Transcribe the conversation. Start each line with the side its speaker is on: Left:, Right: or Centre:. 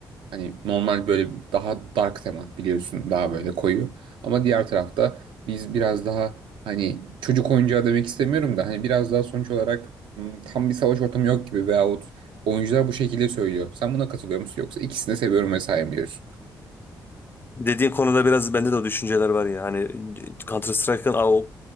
Right: hani normal böyle daha dark tema biliyorsun daha böyle koyu. Ama diğer tarafta biz biraz daha hani çocuk oyuncağı demek istemiyorum da hani biraz daha sonuç olarak hmm, tam bir savaş ortamı yok gibi veyahut oyuncular bu şekilde söylüyor. Sen buna katılıyor musun yoksa ikisini de seviyorum vesaire mi diyorsun?
Left: Dediğin konuda biraz bende de o düşünceler var ya hani Counter Strike'ın o